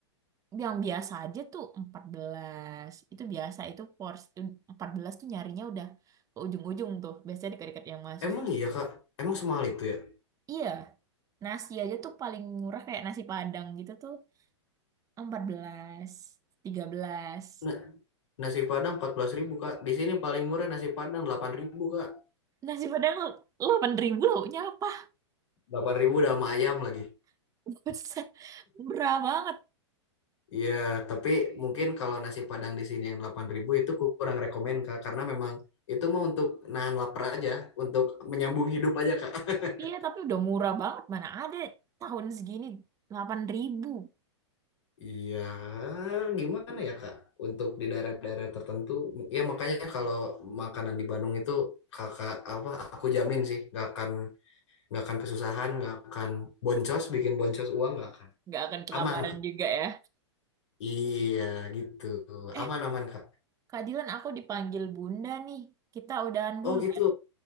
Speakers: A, on the right (about 20°); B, on the left (about 70°).
A: yang biasa aja tuh empat belas Itu biasa itu porsi 14 tuh nyarinya udah ke ujung-ujung tuh. Biasanya dekat-dekat yang mahasiswa.
B: Emang iya Kak? Emang semahal itu ya?
A: Iya, nasi aja tuh paling murah kayak nasi Padang gitu tuh empat belas tiga belas
B: Nah, nasi Padang empat belas ribu Kak. Di sini paling murah nasi Padang delapan ribu Kak.
A: Nasi Padang 8.000 lauknya apa?
B: Delapan ribu udah sama ayam lagi.
A: <laughs> Buset, Murah banget.
B: Iya, tapi mungkin kalau nasi Padang di sini yang delapan ribu itu kurang rekomen Kak karena memang itu mah untuk nahan lapar aja, untuk menyambung hidup aja Kak.
A: Iya,
B: <laughs>
A: tapi udah murah banget. Mana ada tahun segini delapan ribu
B: Iya, gimana ya Kak? Untuk di daerah-daerah tertentu, ya makanya kalau makanan di Bandung itu kakak apa? Aku jamin sih, nggak akan nggak akan kesusahan nggak akan boncos bikin boncos uang nggak akan
A: Nggak akan kelaparan
B: aman Kak.
A: juga ya.
B: iya gitu
A: Eh,
B: aman aman kak
A: keadilan aku dipanggil Bunda nih. Kita udahan dulu.
B: oh gitu